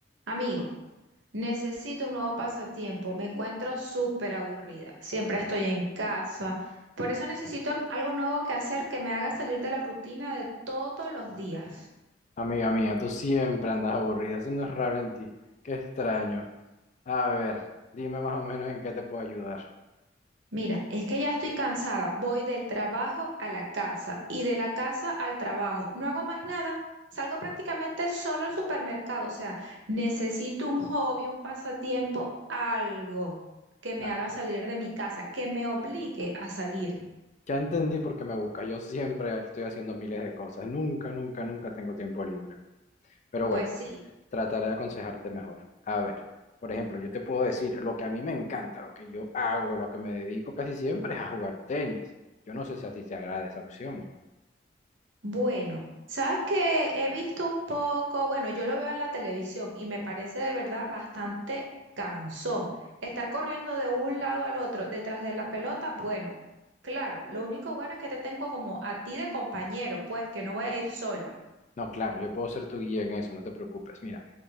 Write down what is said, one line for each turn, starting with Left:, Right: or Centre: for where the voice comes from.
Right: Amigo, necesito un nuevo pasatiempo. Me encuentro súper aburrida. Siempre estoy en casa. Por eso necesito n- algo nuevo que hacer que me haga salir de la rutina de todos los días.
Left: Amiga mía, tú siempre andas aburrida, eso no es raro en ti. Qué extraño. A ver, dime más o menos en qué te puedo ayudar.
Right: Mira, es que ya estoy cansada. Voy del trabajo a la casa y de la casa al trabajo. No hago más nada. Salgo prácticamente solo al supermercado. O sea, necesito un hobby, un pasatiempo, algo que me
Left: Ah,
Right: haga salir de mi casa, que me obligue a salir.
Left: Ya entendí por qué me buscas. Yo siempre estoy haciendo miles de cosas. Nunca, nunca, nunca tengo tiempo libre. Pero
Right: Pues
Left: bueno,
Right: sí.
Left: trataré de aconsejarte mejor. A ver, por ejemplo, yo te puedo decir lo que a mí me encanta, lo que yo hago, lo que me dedico casi siempre es a jugar tenis. Yo no sé si a ti te agrada esa opción.
Right: Bueno, sabes que he visto un poco, bueno, yo lo veo en la televisión y me parece de verdad bastante cansón. Estar corriendo de un lado al otro detrás de la pelota, bueno, claro, lo único bueno es que te tengo como a ti de compañero, pues que no voy a ir sola.
Left: No, claro, yo puedo ser tu guía en eso, no te preocupes. Mira.